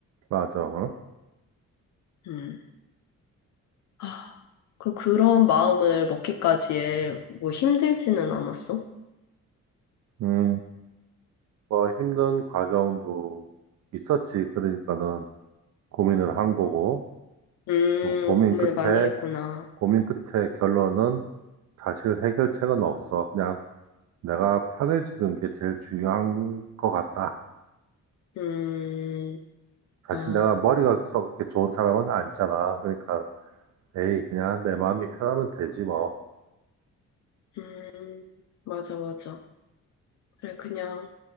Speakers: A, on the right; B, on the left.
A: 맞아, 어?
B: 음. 아, 그, 그런 마음을 먹기까지에 뭐 힘들지는 않았어?
A: 음, 뭐 힘든 과정도 있었지, 그러니까는 고민을 한 거고,
B: 음,
A: 그 고민
B: 고민을
A: 끝에
B: 많이 했구나.
A: 고민 끝에 결론은 사실 해결책은 없어, 그냥 내가 편해지는 게 제일 중요한 것 같다.
B: 음,
A: 사실
B: 아,
A: 내가 머리가 썩 이렇게 좋은 사람은 아니잖아. 그러니까, 에이, 그냥 내 마음이 편하면 되지 뭐.
B: 음, 맞아, 맞아. 그래, 그냥